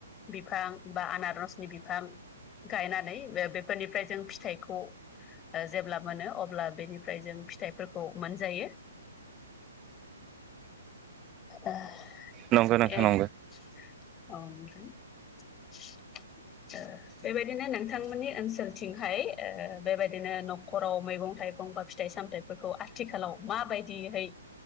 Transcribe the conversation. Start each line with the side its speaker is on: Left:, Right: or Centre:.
Left: बिफां बा आनारसनि बिफां गायनानै बे बेफोरनिफ्राय जों फिथाइखौ ओ जेब्ला मोनो अब्ला बेनि ओमफ्राय जों फिथाइफोरखौ मोनजायो। आ <unintelligible>
Right: नंगौ नोंथां नंगौ
Left: बेबायदिनो नोंथांमोननि ओनसोलथिं फाय ओ बेबायदिनो न'खराव मैगं थाइगं बा फिथाइ सामथायाइफोरखौ आस आथिखालाव माबायदिहाय